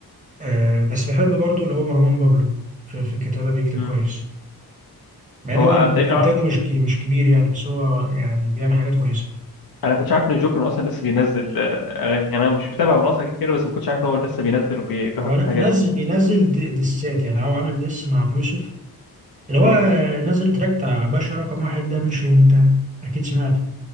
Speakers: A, on the right; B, on the left.
A: آه بس بحب برضو اللي هو مروان بابلو في, في الكتابة بيكتب
B: امم
A: كويس مع ان
B: هو
A: هو إن-
B: انا تقريباً-
A: انتاجه مش كي مش كبير يعني بس هو يعني بيعمل حاجات كويسة
B: انا كنتش عارف ان الجوكر اصلا لسه بينزل آه، اغاني انا مش متابع من اصلا كتير بس ما كنتش عارف ان هو لسه بينزل وبيحط
A: هو ن-
B: حاجات
A: نزل بينزل د- دسات يعني هو عامل دس مع بيوسف اللي هو
B: امم
A: نزل تراك بتاع باشا رقم واحد ده مش انت اكيد سمعته